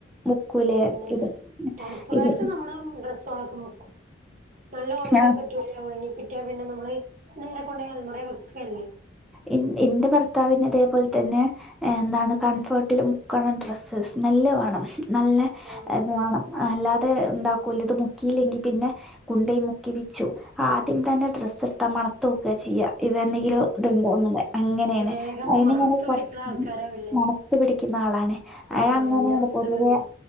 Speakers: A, in the centre; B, on the right.
A: മുക്കൂലേ
B: പിന്നെ
A: ഇത്
B: തണുപ്പ് കാൽത്ത്
A: ഇത്
B: നമ്മള ഡ്രെസ്സ റ്റോളൊക്കെമുക്കും നല്ല ഒണങ്ങി
A: ഞാൻ
B: ഇല്ല്യ ഒണങ്ങി കിട്ട്യാ പിന്നെ നമ്മള് നേരെ കൊണ്ടോയി അൽമറെ വെക്കല്ലേ
A: ഇൻ ഇന്റെ ഭർത്താവിന് അതേപോൽ തന്നെ എന്താണ് കംഫേട്ടിൽ മുക്കണം ഡ്രസ്സ് സ്മെല്ല് വാണം നല്ല
B: ആഹ്
A: എന്തുവേണം അല്ലാതെ ന്താക്കൂല ത് മുക്കീല്ലെങ്കി പിന്നെ കുണ്ടൈ മുക്കിപിച്ചും ആദ്യം തന്നെ ഡ്രസ്സ്ട്ത്താ മണത്തോക്ക ചെയ്യ ഇതെന്തെങ്കിലും ഇത്ണ്ടോന്ന് അങ്ങനേണ്.
B: വേഗം
A: അയിനിങ്ങനെ
B: മണത്ത്
A: കൊറച്ച്
B: പിടിക്കണ ആൾക്കാരാവില്ലേ
A: മണത്തു പിടിക്കുന്ന ആളാണ്
B: ആഹ്
A: അയ് അങ്ങനേണ്
B: ഇന്റെ ഭർത്താവ്
A: പൊതുവെ
B: അങ്ങനെ